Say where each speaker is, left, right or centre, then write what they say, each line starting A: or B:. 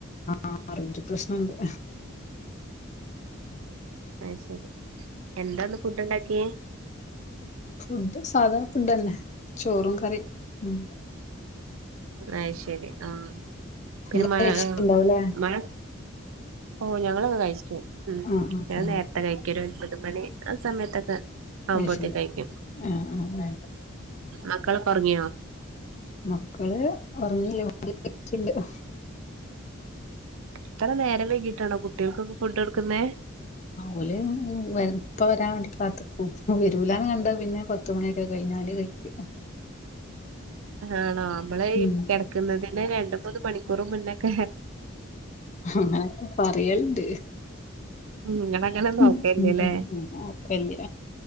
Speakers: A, on the left; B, on the right.
A: ആഹ് റേഞ്ച് പ്രശ്നണ്ടീടെ
B: അയ് ശെരി എന്താന്ന് ഫുഡ് ഇണ്ടാക്ക്യേ
A: ഫുഡ് സാദാ ഫുഡന്നെ ചോറും കറിയും ഉം
B: അത് ശരി ആഹ് പിന്നെ
A: ഇങ്ങള്
B: മഴ
A: കഴിച്ചിട്ടുണ്ടാവുല്ലേ
B: മഴ ഓ ഞങ്ങളൊക്കെ കഴിച്ചിക്
A: ആഹ് ആഹ്
B: ഞാൻ
A: ആഹ്
B: നേര <unintelligible> ഒരു ഒൻപത് മണി ആഹ് സമയത്തൊക്കെ ആവുമ്പോത്തേക്ക്
A: അയ്ശരി
B: കഴിക്കും
A: ആഹ് ആഹ്
B: മക്കളൊക്കെ ഉറങ്ങിയോ
A: മക്കള് ഉറങ്ങില്ല <unintelligible>
B: ഇത്ര നേരം വൈകിട്ട് ആണോ കുട്ടികൾക്കൊക്കെ ഫുഡ് കൊടുക്കുന്നേ
A: ഓല് ഇപ്പ വരാൻ വേണ്ടി കാത്തി ഉപ്പ വരൂലാന്ന് കണ്ട പിന്നെ പത്തുമണിയൊക്കെ കഴിഞ്ഞാല് കഴിക്കും
B: ആണോ നമ്മളെ
A: ഉം
B: കിട ഇന്ന് തന്നെ രണ്ട് മൂന്ന് മണിക്കൂർ മുന്നേക്ക
A: അങ്ങനൊക്കെ പറയലുണ്ട്
B: നിങ്ങളങ്ങനെ നോക്കല്ലേല്ലേ
A: അഹ് അഹ് അഹ് ഉം നോക്കലില്ല